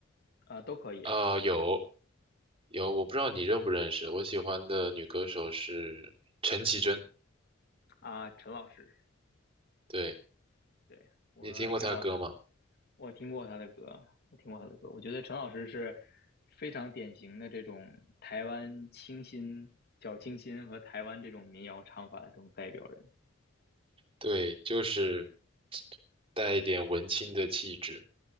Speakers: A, on the left; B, on the right.
A: 啊、都可以啊。
B: 啊，有，有，我不知道你认不认识，我喜欢的女歌手是陈绮贞。
A: 啊，陈老师，
B: 对，
A: 对，我知道他，
B: 你听过她歌吗？
A: 我听过他的歌，我听过他的歌。我觉得陈老师是非常典型的这种台湾清新、小清新和台湾这种民谣唱法的这种代表人。
B: 对，就是带一点文青的气质。